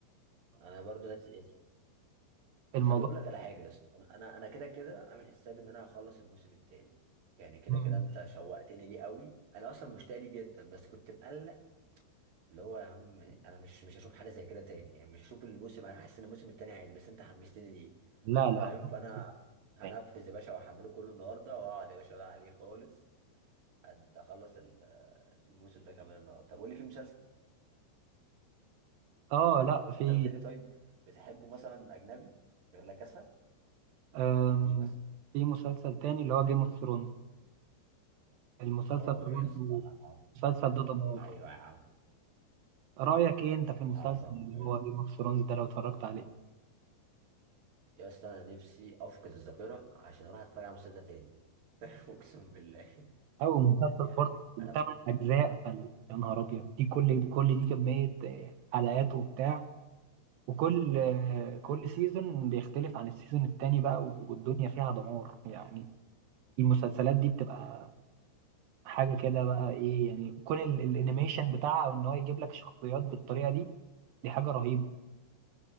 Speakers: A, on the right; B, on the right.
A: انا برضه ناسي اسمه
B: الموضوع
A: طب اقول لك على حاجه يا اسطى انا انا أنا كده كده عامل حسابي ان انا هخلص الموسم التاني يعني كده
B: <laughs>
A: كده انت شوقتني ليه قوي انا اصلا مشتاق ليه جدا بس كنت مقلق اللي هو يا عم انا مش مش هشوف حاجه زي كده تاني يعني مش هشوف الموسم انا حاسس ان الموسم التاني عادي بس انت حمستني ليه
B: لا لا
A: فاهم
B: هتبقى
A: فانا هنفذ
B: تاني
A: يا باشا واحمله كله النهارده واقعد يا باشا بقى عليه خالص قد اخلص ال- الموسم ده كمان النهارده طب قول لي في مسلسل
B: اه لا في
A: تاني طيب بتحبه مثلا اجنبي غير لا كاسا
B: آم
A: مين مثلا
B: في مسلسل تاني اللي هو جيم اوف ثرونز المسلسل
A: اه
B: ده برضه
A: يا اسطى
B: المسلسل
A: عظمه
B: ده دمار
A: ايوه يا عم
B: رأيك ايه انت في المسلسل
A: عظمه
B: اللي
A: يا
B: هو
A: اسطى
B: جيم اوف ثرونز ده لو اتفرجت عليه
A: يا اسطى انا نفسي افقد الذاكره عشان اروح اتفرج على المسلسل ده تاني <laughs> اقسم بالله
B: او مسلسل
A: يعني
B: بارت
A: انا
B: ثمان اجزاء فال- يا نهار ابيض دي كل دي كل دي كميه آه، حلقات وبتاع وكل آه، كل سيزون بيختلف عن السيزون التاني بقى والدنيا فيها دمار يعني المسلسلات دي بتبقى حاجه كده بقى ايه يعني كون ال- الانيميشن بتاعها ان هو يجيب لك شخصيات بالطريقه دي دي حاجه رهيبه